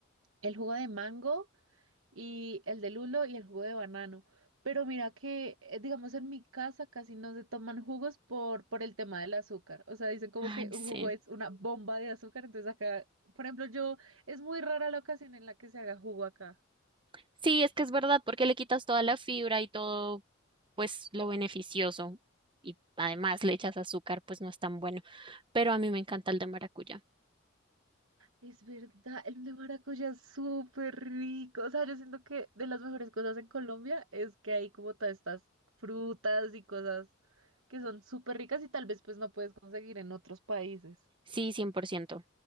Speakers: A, on the right (about 80°); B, on the right (about 25°).
A: el jugo de mango. y el de lulo y el jugo de banano. Pero mira que, eh, digamos, en mi casa casi no se toman jugos por, por el tema del azúcar. O sea, dicen como
B: Ay,
A: que
B: sí.
A: un jugo es una bomba de azúcar. Entonces acá, por ejemplo, yo, es muy rara la ocasión en la que se haga jugo acá.
B: Sí, es que es verdad, porque le quitas toda la fibra y todo, pues lo beneficioso. Y además le echas azúcar, pues no es tan bueno. Pero a mí me encanta el de maracuyá.
A: Es verdad, el de maracuyá es súper rico. O sea, yo siento que de las mejores cosas en Colombia es que hay como todas estas frutas y cosas que son súper ricas y tal vez pues no puedes conseguir en otros países.
B: Sí, cien por ciento